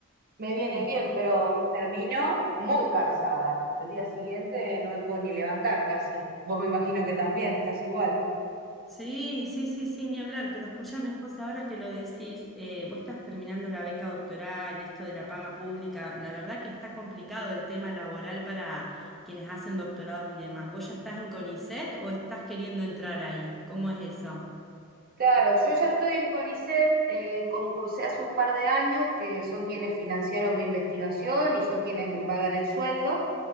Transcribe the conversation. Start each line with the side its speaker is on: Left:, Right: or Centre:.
Right: me
Centre: Sí,
Right: viene bien, pero termino muy cansada. El día siguiente no me puedo ni levantar casi. Vos me imagino que también estás igual.
Centre: sí, sí, sí, sí, ni hablar. Pero escúchame, José, ahora que lo decís, eh, vos estás terminando la beca doctoral, esto de la paga pública, la verdad que está complicado el tema laboral para quienes hacen doctorados y demás. ¿Vos ya estás en CONICET o estás queriendo entrar ahí? ¿Cómo es eso?
Right: Claro, yo ya estoy en CONICET, eh, concursé hace un par de años, que son quienes financiaron mi investigación y son quienes me pagan el sueldo,